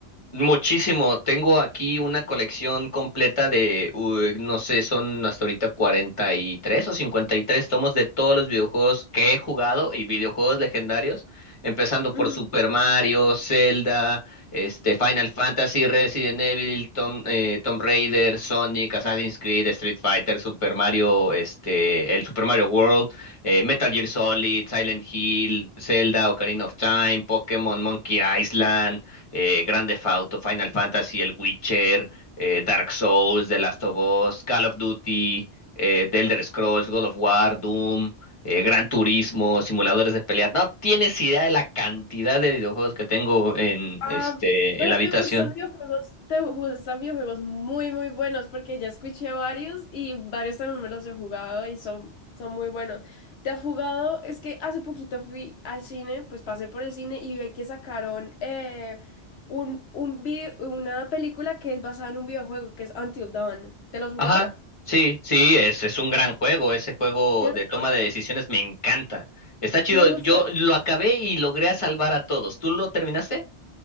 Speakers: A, on the left; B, on the left.
A: Muchísimo. Tengo aquí una colección completa de, uh, no sé, son hasta ahorita 43 o 53 tomos de todos los videojuegos que he jugado y videojuegos legendarios, empezando
B: Ujú.
A: por Super Mario, Zelda, este, Final Fantasy, Resident Evil, Tom, eh, Tomb Raider, Sonic, Assassin's Creed, Street Fighter, Super Mario, este, el Super Mario World, eh, Metal Gear Solid, Silent Hill, Zelda, Ocarina of Time, Pokémon, Monkey Island eh, Grand Theft Auto, Final Fantasy, El Witcher, eh, Dark Souls, The Last of Us, Call of Duty, eh, The Elder Scrolls, God of War, Doom, eh, Gran Turismo, simuladores de pelea. No tienes idea de la cantidad de videojuegos que tengo en,
B: Ah,
A: este,
B: pero
A: en la habitación.
B: te gustan videojuegos, te gustan videojuegos muy, muy buenos, porque ya escuché varios y varios también me los he jugado y son, son muy buenos. ¿Te has jugado? Es que hace poquito fui al cine, pues pasé por el cine y vi que sacaron eh, un, un vide- una película que es basada en un videojuego que es Until Dawn. ¿Te lo has jugado?
A: Ajá, sí, sí, es, es un gran juego. Ese juego
B: ¿Cierto?
A: de toma de decisiones me encanta. Está chido.
B: Me gusta.
A: Yo lo acabé y logré a salvar a todos. ¿Tú lo terminaste?